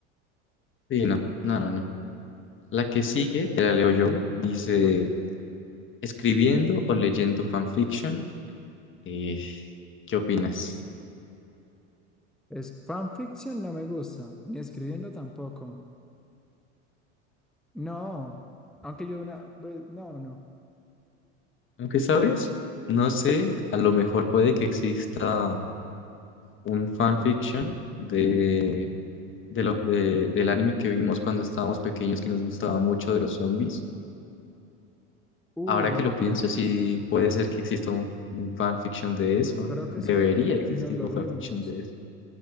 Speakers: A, on the left; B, in the centre.
A: Sí, no. No, no, no. La que sigue, te la leo yo, dice,
B: Dale.
A: escribiendo o leyendo fanfiction, eh, ¿qué opinas?
B: Es fanfiction no me gusta, ni escribiendo tampoco. No, aunque yo una vez, no, no.
A: Aunque sabes, no sé, a lo mejor puede que exista un fanfiction de, de lo, de- del anime que vimos cuando estábamos pequeños que nos gustaba mucho de los zombies.
B: Uh,
A: Ahora que lo pienso, sí puede ser que exista un, un fanfiction de eso.
B: creo que
A: Debería
B: sí,
A: existir
B: y nos lo
A: un fanfiction
B: vimos,
A: de eso.